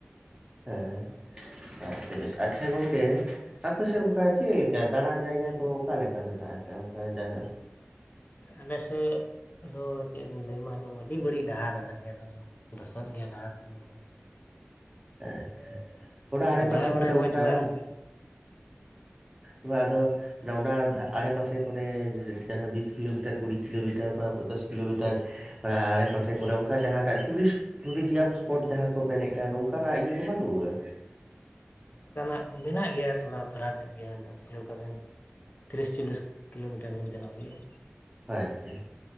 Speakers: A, on the right; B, on the left.
A: ᱦᱮᱸ ᱟᱪᱪᱷᱟ ᱜᱚᱢᱠᱮ ᱟᱯᱮᱥᱮᱫ ᱚᱱᱠᱟ ᱪᱮᱫ ᱞᱮᱠᱟ ᱫᱟᱬᱟᱱ ᱡᱟᱭᱜᱟ ᱠᱚ ᱚᱠᱟ ᱞᱮᱠᱟ ᱢᱮᱱᱟᱜ ᱟᱠᱟᱫᱼᱟ ᱚᱱᱠᱟ ᱡᱟᱦᱟᱸ
B: ᱟᱞᱮ ᱥᱮᱫ ᱫᱚ ᱪᱮᱫ ᱤᱧ ᱞᱟᱹᱭᱢᱟ ᱮᱠᱫᱚᱢ ᱟᱹᱰᱤ ᱵᱟᱹᱲᱤᱡ ᱰᱟᱦᱟᱨ ᱟᱞᱮ ᱥᱮᱫ ᱫᱚ ᱞᱚᱥᱚᱫ ᱜᱮᱭᱟ ᱰᱟᱦᱟᱨ ᱠᱚᱫᱚ
A: ᱦᱮᱸᱪᱷᱟ ᱚᱱᱟ ᱟᱰᱮᱯᱟᱥᱮ
B: ᱟᱨ ᱫᱟᱬᱟ ᱵᱟᱲᱟᱭ
A: ᱠᱚᱨᱮ
B: ᱢᱚᱡᱽ
A: ᱚᱱᱠᱟ
B: ᱵᱟᱝ ᱟᱹᱭᱠᱟᱹᱜᱼᱟ
A: ᱦᱮ ᱟᱫᱚ ᱚᱱᱟ ᱟᱲᱮ ᱯᱟᱥᱮ ᱠᱚᱨᱮ ᱡᱟᱦᱟᱸ ᱵᱤᱥ ᱠᱤᱞᱳᱢᱤᱴᱟᱨ ᱠᱩᱲᱤ ᱠᱤᱞᱳᱢᱤᱴᱟᱨ ᱵᱟ ᱯᱚᱧᱪᱟᱥ ᱠᱤᱞᱳᱢᱤᱴᱟᱨ ᱟᱲᱮᱯᱟᱥᱮ ᱠᱚᱨᱮ ᱚᱱᱠᱟ ᱡᱟᱦᱟᱸᱴᱟᱜ ᱴᱩᱨᱤᱥᱴ ᱴᱩᱨᱤᱡᱭᱟᱢ ᱤᱥᱯᱚᱴ ᱡᱟᱦᱟᱸ ᱠᱚ ᱢᱮᱱᱮᱫ ᱠᱟᱱ ᱚᱱᱠᱟ᱾ ᱚᱱᱠᱟᱱᱟᱜ ᱤᱭᱟᱹ ᱠᱚ ᱵᱟᱝ ᱨᱩᱣᱟᱹᱜᱼᱟ
B: ᱚᱱᱠᱟᱱᱟᱜ ᱢᱮᱱᱟᱜ ᱜᱮᱭᱟ ᱛᱷᱚᱲᱟ ᱯᱷᱟᱨᱟᱠ ᱧᱚᱜ ᱜᱮᱭᱟ ᱵᱩᱡᱷᱟᱹᱣ ᱠᱟᱜ ᱵᱤᱱ᱾ ᱛᱤᱨᱤᱥ ᱪᱚᱞᱞᱤᱥ ᱠᱤᱞᱚᱢᱤᱴᱟ. ᱨ ᱜᱟᱱ ᱪᱟᱞᱟᱜ ᱦᱩᱭᱩᱜᱼᱟ᱾
A: ᱟᱪᱪᱷᱟ